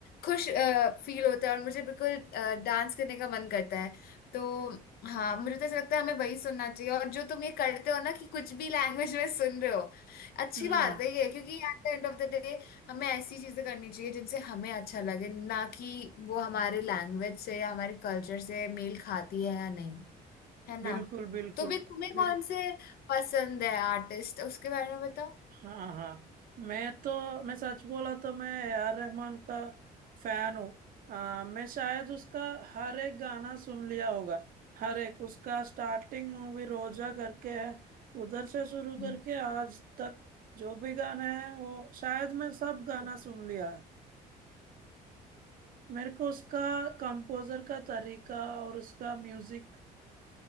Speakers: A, on the left; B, on the right.
A: खुश फील होता है और मुझे बिल्कुल डांस करने का मन करता है तो हाँ मुझे तो ऐसा लगता है हमें वही सुनना चाहिए और जो तुम ये करते हो ना कि कुछ भी लैंग्वेज में सुन रहे हो अच्छी
B: हम्म
A: बात है ये क्योंकि at the end of the day हमें ऐसी चीजें करनी चाहिए जिनसे हमें अच्छा लगे ना कि वो हमारे लैंग्वेज से या हमारे कल्चर से मेल खाती है या नहीं है ना
B: बिल्कुल बिल्कुल
A: तुम्हें तुम्हें कौन
B: बिल
A: से पसंद है आर्टिस्ट उसके बारे में बताओ
B: हाँ हाँ मैं तो मैं सच बोला तो मैं ए आर रहमान का फैन हूँ आ, मैं शायद उसका हर एक गाना सुन लिया होगा हर एक उसका स्टार्टिंग मूवी रोजा करके है उधर से शुरू
A: हम्म,
B: करके आज तक जो भी गाना है वो शायद मैं सब गाना सुन लिया है मेरे को उसका कंपोजर का तरीका और उसका म्यूजिक